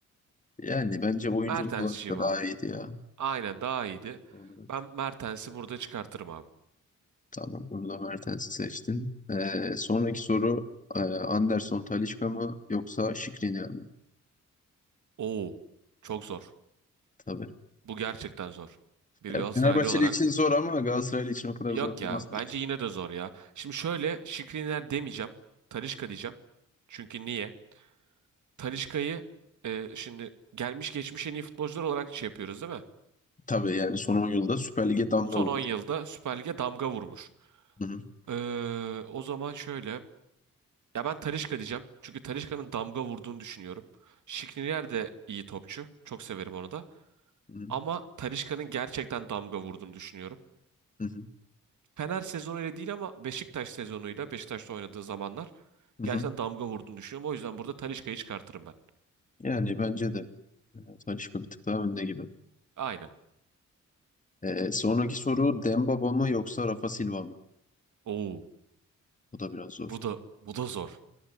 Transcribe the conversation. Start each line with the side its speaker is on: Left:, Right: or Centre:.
Left: Yani bence oyunculuk
Right: Mertens'çiyim
Left: olarak da
Right: abi.
Left: daha iyiydi ya.
Right: Aynen daha iyiydi.
Left: Doğal olarak.
Right: Ben Mertens'i burada çıkartırım abi.
Left: Tamam bunu da Mertens'i seçtin. Ee, sonraki soru e, Anderson Talisca mı yoksa Skriniar mı?
Right: Oo, çok zor.
Left: Tabii.
Right: Bu gerçekten zor. Bir
Left: Ya,
Right: Galatasaraylı
Left: Fenerbahçeli
Right: olarak.
Left: için zor ama Galatasaraylı için o kadar
Right: Yok
Left: zor olmaz
Right: ya
Left: bence.
Right: bence yine de zor ya. Şimdi şöyle Şikriner demeyeceğim. Talisca diyeceğim. Çünkü niye? Talisca'yı e, şimdi gelmiş geçmiş en iyi futbolcular olarak şey yapıyoruz değil mi?
Left: Tabii yani son on yılda Süper Lig'e damga
Right: Son
Left: vurdu.
Right: 10 yılda Süper Lig'e damga vurmuş.
Left: Hı hı,
Right: Ee, o zaman şöyle. Ya ben Talisca diyeceğim. Çünkü Talisca'nın damga vurduğunu düşünüyorum. Skriniar de iyi topçu. Çok severim onu da.
Left: hı hı,
Right: Ama Talisca'nın gerçekten damga vurduğunu düşünüyorum.
Left: hı hı,
Right: Fener sezonu ile değil ama Beşiktaş sezonuyla Beşiktaş'ta oynadığı zamanlar
Left: hı
Right: gerçekten
Left: hı.
Right: damga vurduğunu düşünüyorum. O yüzden burada Talisca'yı çıkartırım ben.
Left: Yani bence de e, Talisca bir tık daha önde gibi.
Right: Aynen.
Left: E, sonraki soru Dembaba mı yoksa Rafa Silva mı?
Right: Oo,
Left: Bu da biraz zor.
Right: bu da bu da zor.